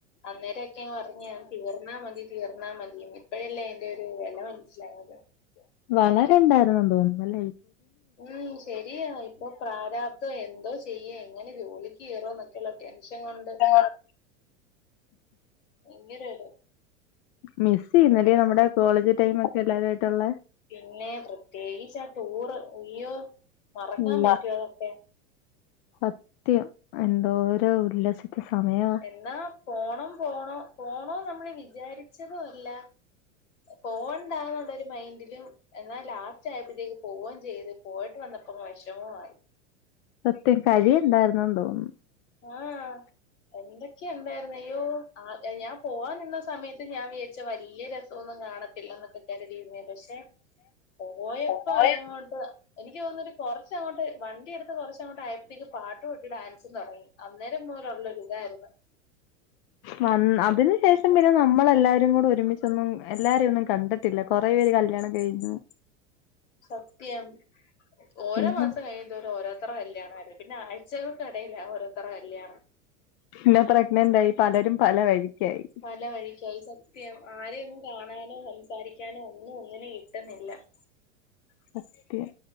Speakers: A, on the left; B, on the left.
A: അന്നേര ക്ക പറഞ്ഞു തീർന്നാൽ മതി തീർന്നാൽ മതിന്ന് ഇപ്പോഴല്ലേ അതിന്റെ ഒരു വില മനസ്സിലായത്
B: വളരണ്ടായിുന്നന്ന്‌ തോന്നുന്നുല്ലേ
A: ഉം ശരിയാ ഇപ്പൊ പ്രാരാബ്ധം എന്തോ ചെയ്യേ എങ്ങനെ ജോലിക്ക് കയറോ എന്നൊക്കെയുള്ള ടെൻൻഷൻ കൊണ്ട്
B: ആഹ്
A: ഭയങ്കര ഒരു
B: മിസ് ചെയ്യുന്നല് നമ്മുടെ കോളേജ് ടൈം ഒക്കെ എല്ലാവരായിട്ടുള്ള
A: പിന്നെ പ്രത്യേകിച്ച ആ ടൂറ് ഇയ്യോ മറക്കാൻ
B: അയ്യോ
A: പറ്റുവോ അതൊക്കെ
B: സത്യം എന്തോരോ ഉല്ലസിച്ച സമയം
A: എന്നാ പോണം പോണോ പോണോ നമ്മൾ വിചാരിച്ചതുല്ല പോണ്ടാന്നുള്ളരു മൈൻഡില് എന്നാ ലാസ്റ്റ് ആയപ്പോഴത്തേക്ക് പോവുകയും ചെയ്ത് പോയിട്ട് വന്നപ്പോ വിഷമുമായി
B: സത്യം കഴി ന്തായിരുന്നു തോന്നുന്നു
A: ഏഹേ എന്തൊക്കെ ണ്ടായിരുന്നു അയ്യോ ആ ഞാൻ പോവാൻനിന്ന സമയത്ത് ഞാൻ വിചാരിച്ച വലിയ രസമൊന്നും കാണത്തി ല്ല ന്നെ ക്കെ കരുതിയിരുന്ന പക്ഷെ പോയപ്പോ
B: പോയ
A: യങ്ങോട്ട് എനിക്ക് തോന്നുന്ന ഒരു കുറച്ചങ്ങോട്ട് വണ്ടി എടുത്ത് കുറച്ചങ്ങോട്ട് ആഴപ്പത്തേക്ക് പാട്ടും ണ്ട് ഡാൻസും തുടങ്ങി അന്നേരം മൂലം ള്ളൊര് ഇതായിരുന്നു
B: വന്ന അതിന് ശേഷം പിന്നെ നമ്മളെല്ലാരും കൂടെ ഒരുമിച്ചൊന്നും എല്ലാരെന്നു കണ്ട് ട്ടില്ല കുറേ പേര് കല്യാണം കഴിഞ്ഞു
A: സത്യം ഓരോ
B: പിന്നെ
A: മാസം കഴിയു തോരും ഓരോ എത്ര കല്യാണര്ന്ന് പിന്നെ ആഴ്ചകൾക്കിടയിലാ ഓരോരുതരെ കല്യാണം
B: പിന്നെ പ്രഗ്നന്റ് ആയി പലരും പല വഴിക്കായി
A: പല വഴിക്കായി സത്യം ആരെയൊന്നും കാണാനോ സംസാരിക്കാനോ ഒന്നും ഒന്നിന കിട്ടുന്നില്ല <inaudible>
B: സത്യം